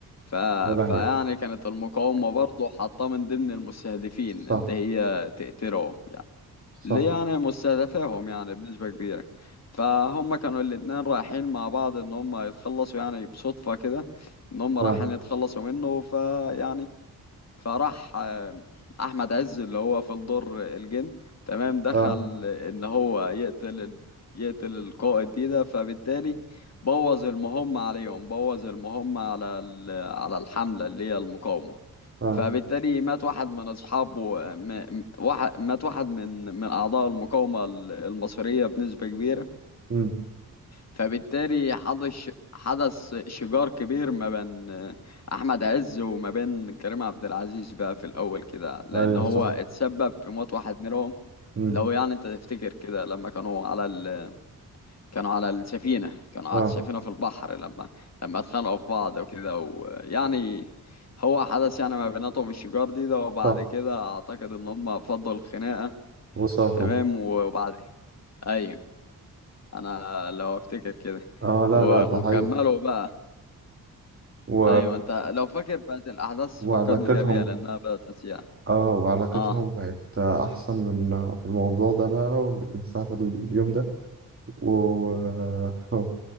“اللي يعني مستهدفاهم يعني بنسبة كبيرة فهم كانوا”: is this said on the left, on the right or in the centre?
Left